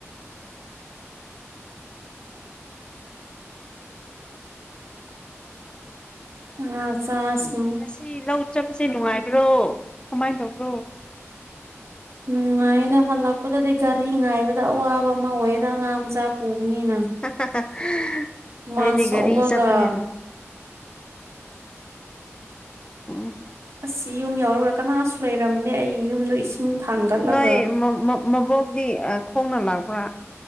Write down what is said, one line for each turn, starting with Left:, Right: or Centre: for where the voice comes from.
Right: ꯑ ꯆꯥꯁꯅꯨ
Left: ꯑꯁꯤ ꯂꯧ ꯆꯠꯄꯁꯦ ꯅꯨꯡꯉꯥꯏꯕ꯭ꯔꯣ ꯀꯃꯥꯏꯅ ꯇꯧꯕ꯭ꯔꯣ
Right: ꯅꯨꯡꯉꯥꯏꯗ ꯍꯜꯂꯛꯄꯗꯗꯤ ꯒꯥꯔꯤ ꯉꯥꯏꯕꯗ ꯑꯋꯥꯕ ꯑꯃ ꯑꯣꯏꯌꯦꯦꯗ ꯑꯉꯥꯡ ꯃꯆꯥ ꯄꯨꯕꯅꯤꯅ
Left: <unintelligible>
Right: ꯍꯨꯃꯥꯡ ꯁꯧꯕꯒ
Left: ꯎꯝ
Right: ꯑꯁ ꯌꯨꯝ ꯌꯥꯎꯔꯨꯔ ꯀꯅꯥꯁꯨ ꯂꯩꯔꯝꯗꯦ ꯑꯩ ꯌꯨꯝꯗꯣ ꯏꯁꯤꯡ ꯊꯥꯡꯒꯠꯂꯒ
Left: ꯅꯣꯏ ꯃꯕꯣꯛꯗꯤ ꯈꯣꯡꯅ ꯂꯥꯛꯄ꯭ꯔꯥ